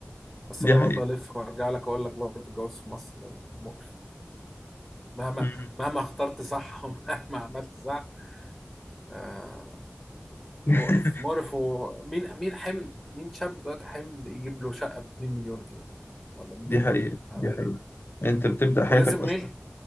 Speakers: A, in the centre; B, on the left.
A: بس
B: <laughs> دي
A: انا
B: حقيقة
A: برضه الف وارجع لك اقول لك برضه الجواز في مصر ده مقرف مهما
B: مم.
A: مهما اخترت صح <laughs> ومهما عملت صح آه
B: <laughs>
A: مقرف مقرف ومين مين حمل مين شاب دلوقتي حمل يجيب له شقة ب 2 مليون جنيه ولا مليون
B: دي حقيقة
A: جنيه على-
B: دي
A: الأقل.
B: حقيقة أنت بتبدأ حياتك
A: ولازم
B: أصلا
A: ملك